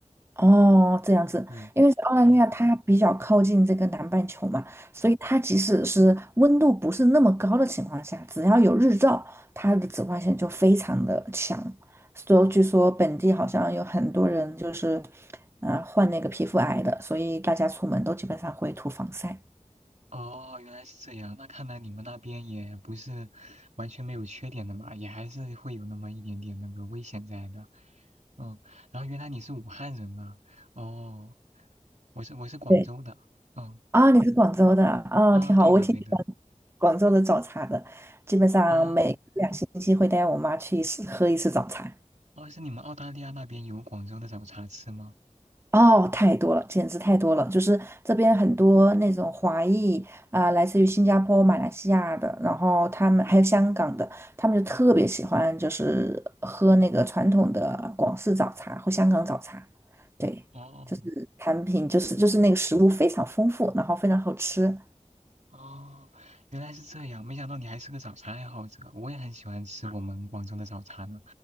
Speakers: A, on the right (about 20°); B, on the right (about 70°).
A: 哦，这样子，
B: 对，
A: 因为是澳大利亚它比较靠近这个南半球嘛，
B: 嗯，
A: 所以它即使是温度不是那么高的情况下，只要有日照，它的紫外线就非常的强。所以据说本地好像有很多人就是，呃，患那个皮肤癌的，所以大家出门都基本上会涂防晒。
B: 哦，原来是这样。那看来你们那边也不是完全没有缺点的嘛，也还是会有那么一点点那个危险在的。嗯，然后原来你是武汉人啊？哦，我是我是广州的。
A: 对，
B: 嗯
A: 啊，你是广州的，啊，
B: 啊，
A: 挺好，
B: 对的对的。
A: 我挺喜欢广州的早茶的，基本上每两星期会带我妈去一次喝一次早茶。
B: 哦哦，是你们澳大利亚那边有广州的早茶吃吗？
A: 哦，太多了，简直太多了！就是这边很多那种华裔啊、来自于新加坡、马来西亚的，然后他们还有香港的，他们就特别喜欢，就是喝那个传统的广式早茶或香港早茶。对，
B: 哦。
A: 就是产品，就是就是那个食物非常丰富，然后非常好吃。
B: 哦，原来是这样，没想到你还是个早茶爱好者。我也很喜欢吃我们广州的早茶呢，